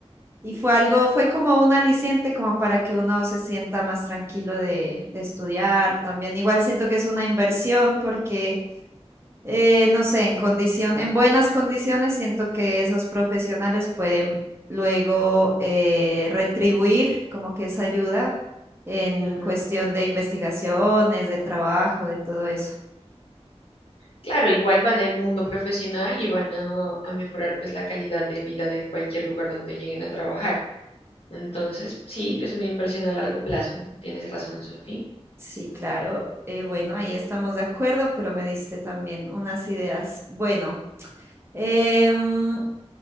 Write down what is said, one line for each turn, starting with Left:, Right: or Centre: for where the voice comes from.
Right: y fue algo, fue como un aliciente como para que uno se sienta más tranquilo de, de estudiar. También igual siento que es una inversión porque eh, no sé, en condición, en buenas condiciones, siento que esos profesionales pueden luego eh, retribuir como que esa ayuda en
Left: Mm,
Right: cuestión de investigaciones, de trabajo, de todo eso.
Left: Claro, igual van al mundo profesional y van a, a mejorar pues la calidad de vida de cualquier lugar donde lleguen a trabajar. Entonces, sí, es una inversión a largo plazo. Tienes razón, Sofía.
Right: Sí, claro. eh, bueno, ahí estamos de acuerdo, pero me diste también unas ideas. Bueno, em,